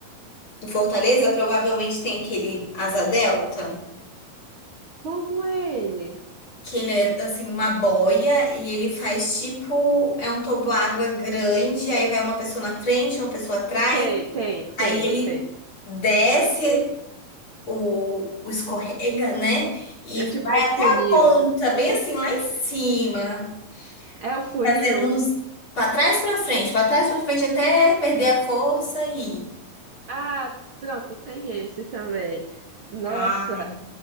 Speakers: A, on the left; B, on the right.
A: em Fortaleza provavelmente tem aquele Asa Delta.
B: Como é ele?
A: que ele é assim uma boia e ele faz tipo é um toboágua grande, aí vai uma pessoa na frente, uma pessoa atrás,
B: Sei, tem, tem,
A: aí ele
B: tem.
A: desce o, o escorrega, né? E
B: É
A: vai
B: tipo o funil.
A: até a ponta, bem assim lá em cima,
B: É o funil?
A: fazendo uns para trás para frente, para trás para frente até perder a força e
B: Ah, pronto, tem esse também. Nossa.
A: Ai,